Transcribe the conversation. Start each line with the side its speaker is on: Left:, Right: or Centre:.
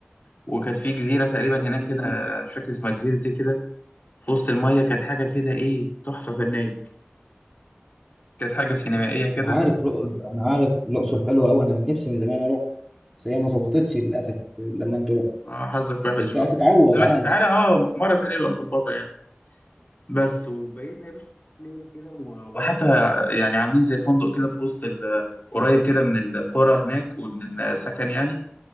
Left: وكانت في جزيرة تقريبا هناك
Centre: مم.
Left: كده مش فاكر اسمها جزيرة ايه كده في وسط المية كانت حاجة كده ايه تحفة فنية كانت حاجة سينمائية كده
Centre: انا عارف لق- انا عارف الاقصر حلوه قوي انا نفسي من زمان اروح بس هي ما ظبطتش للاسف لما انت رحت
Left: اه حظك وحش
Centre: بس
Left: بقى
Centre: هتتعوض
Left: بس ما-
Centre: عادي
Left: تعالى اه في مرة تانية نبقى نظبطها يعني بس وبيتنا يا باشا ليلة كده و- وحتى يعني عاملين زي فندق كده في وسط ال- قريب كده من القرى هناك ومن السكن يعني